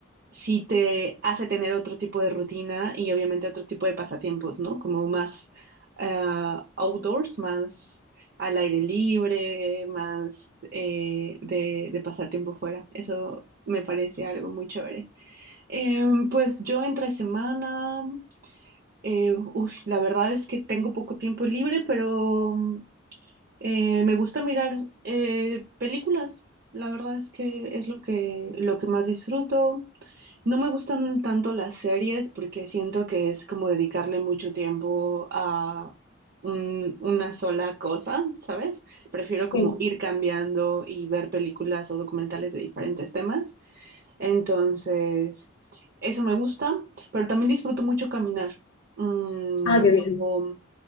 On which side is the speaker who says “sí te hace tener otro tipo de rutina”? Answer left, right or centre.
Right